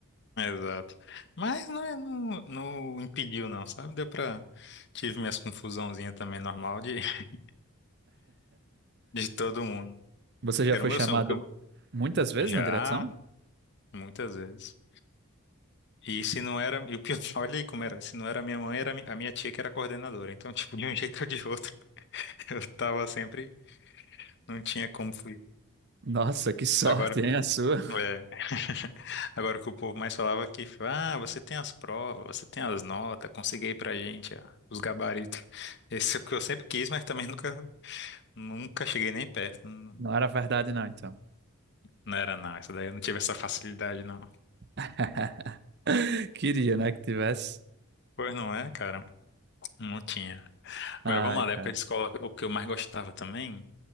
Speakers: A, on the left (about 50°); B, on the right (about 50°).
A: Exato. Mas não, é, não, não impediu, não, sabe? Deu pra. Tive minhas confusãozinhas também normal de, <laughs> de todo mundo.
B: Você já
A: Era
B: foi
A: o meu
B: chamado
A: sonho. o que eu-
B: muitas vezes
A: Já,
B: na direção?
A: muitas vezes. E se não era. E o pior, <laughs> olha aí como era. Se não era minha mãe, era mi- a minha tia que era coordenadora. Então, tipo, de um <laughs> jeito ou de outro, <laughs> eu tava sempre. Não tinha como fugir.
B: Nossa, que sorte,
A: Agora,
B: hein, a sua?
A: é, <laughs> agora o que o povo mais falava aqui, ah, você tem as provas, você tem as notas, consegui aí pra gente, ah, os gabaritos. <laughs> Esse é o que eu sempre quis, mas também nunca, nunca cheguei nem perto. Não,
B: Não era verdade, não, então.
A: não era nada. Isso daí eu não tive essa facilidade, não.
B: <laughs> Queria, né, que tivesse.
A: Pois não é, cara? Não tinha.
B: Ai,
A: Agora vamos lá,
B: cara.
A: da época de escola, o que eu mais gostava também,